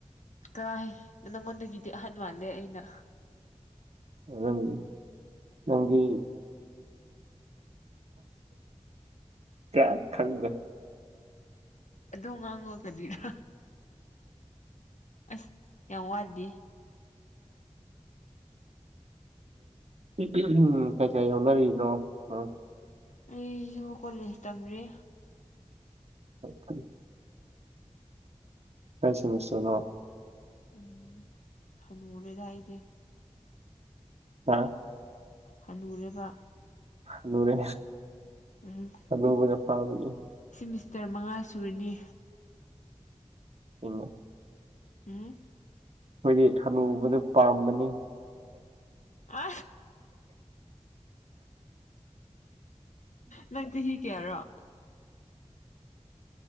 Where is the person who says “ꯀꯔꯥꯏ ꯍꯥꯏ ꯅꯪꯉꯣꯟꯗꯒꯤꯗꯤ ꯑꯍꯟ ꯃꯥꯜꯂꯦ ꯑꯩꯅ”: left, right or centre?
Left